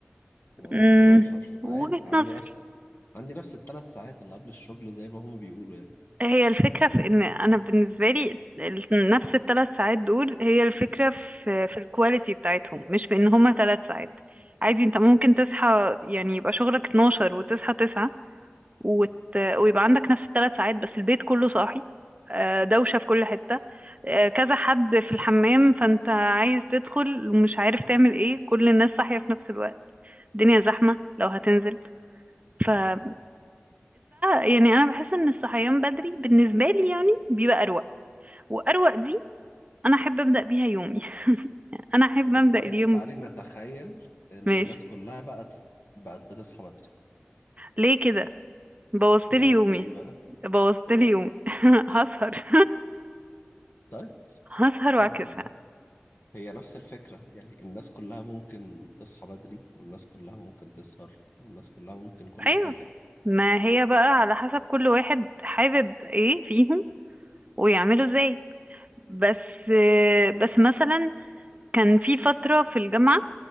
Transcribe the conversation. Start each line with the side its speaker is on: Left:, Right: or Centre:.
Left: وأروح
Right: مم.
Left: 11
Right: وجهة
Left: عادي عندي
Right: نظر
Left: نفس عندي نفس التلات ساعات اللي قبل الشغل زي ما هم بيقولوا يعني
Right: هي الفكرة في ان انا بالنسبة لي ال- نفس الثلاث ساعات دول هي الفكرة في في الكواليتي بتاعتهم مش في ان هما ثلاث ساعات عادي انت ممكن تصحى يعني يبقى شغلك 12 وتصحى 9 وت... ويبقى عندك نفس الثلاث ساعات بس البيت كله صاحي آه، دوشة في كل حتة آه، كذا حد في الحمام فانت عايز تدخل ومش عارف تعمل ايه كل الناس صاحية في نفس الوقت الدنيا زحمة لو هتنزل فالساعة يعني أنا بحس إن الصحيان بدري بالنسبة لي يعني بيبقى أروق واروق دي انا احب ابدا بيها يومي <laughs> انا احب
Left: طب
Right: ابدا
Left: تعالي
Right: اليوم
Left: تعالي نتخيل ان
Right: ماشي
Left: الناس كلها بقت بقت بتصحى بدري
Right: ليه كده بوظتلي
Left: هتعملي
Right: يومي
Left: ايه بقى
Right: بوظتلي يومي <laughs> هسهر
Left: طيب
Right: <laughs> هسهر
Left: ما
Right: واعكسها
Left: هي نفس الفكرة يعني الناس كلها ممكن تصحى بدري والناس كلها ممكن تسهر والناس كلها ممكن كل
Right: ايوه
Left: حاجة
Right: ما هي بقى على حسب كل واحد حابب ايه فيهم ويعمله ازاي بس بس مثلا كان في فترة في الجامعة